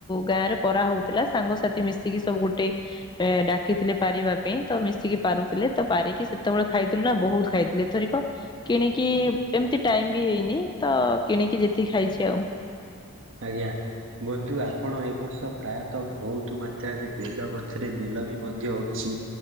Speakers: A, on the left; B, on the right.
A: ଗାଁରେ ପରା ହଉଥିଲା। ସାଙ୍ଗସାଥି ମିଶିକି ସବୁ ଗୋଟେ ଏ ଡାକିଥିଲେ ପାରିବା ପାଇଁ ତ ମିଶିକି ପାରୁଥିଲେ। ତ ପାରିକି ସେତେବେଳେ ଖାଇଥିଲୁ ନା ବହୁତ ଖାଇଥିଲି ଏଥରିକ କିଣିକି ଏମିତି ଟାଇମ୍ ବି ହେଇନି। ତ କିଣିକି ଯେତିକି ଖାଇଚି ଆଉ।
B: ଆଜ୍ଞା। ବନ୍ଧୁ ଆପଣ ଏ ବର୍ଷ ପ୍ରାୟତଃ ବହୁତ ମାତ୍ରାରେ ବେଲ ଗଛରେ ବେଲ ବି ମଧ୍ୟ ହୋଇଚି।